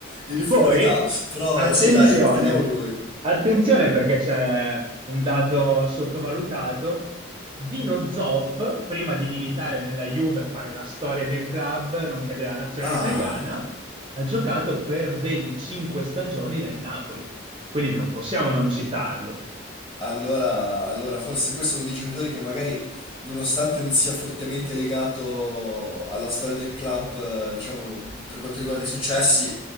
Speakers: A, on the left; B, on the right.
A: di difficoltà.
B: Poi,
A: Però
B: attenzione,
A: sì, dai, teniamo lui.
B: attenzione perché c'è un dato sottovalutato. Dino Zoff, prima di militare nella Juve e fare la storia del club, nonché della nazionale
A: Ah,
B: italiana, ha giocato per ben cinque stagioni nel Napoli. Quindi non possiamo non citarlo.
A: allora, allora forse questo è uno dei giocatori che magari, nonostante non sia fortemente legato alla storia del club, eh, diciamo, per quanto riguarda i successi,